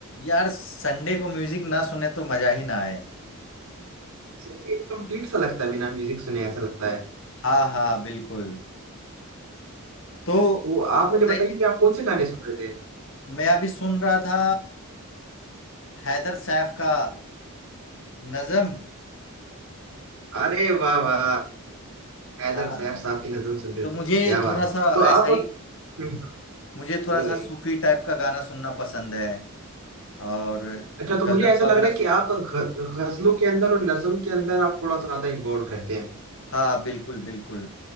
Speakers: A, on the left; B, on the right.
A: यार संडे को म्यूजिक ना सुने तो मजा ही ना आए
B: सुन के कंप्लीट सा लगता है बिना म्यूजिक सुने ऐसा लगता है
A: हाँ हाँ बिल्कुल तो
B: तो
A: आप
B: आप मुझे
A: बताइए
B: बताइए कि आप कौन से गाने सुन रहे थे
A: मैं अभी सुन रहा था हैदर सैफ का नज़म
B: अरे वाह वाह हैदर
A: हाँ
B: सैफ साहब की नज़म सुन रहे
A: तो
B: थे
A: मुझे
B: क्या बात
A: थोड़ा सा
B: तो आप
A: ऐसा ही
B: हम्म,
A: मुझे
B: बताइए
A: थोड़ा सा
B: बताइए।
A: सूफी टाइप का गाना सुनना पसंद है और
B: अच्छा तो मुझे
A: गजल
B: ऐसा
A: वगैरह
B: लग रहा है कि आप ग- गजलों के अंदर और नज्म के अंदर आप थोड़ा ज्यादा इन्वॉल्व रहते हैं
A: हाँ बिल्कुल बिल्कुल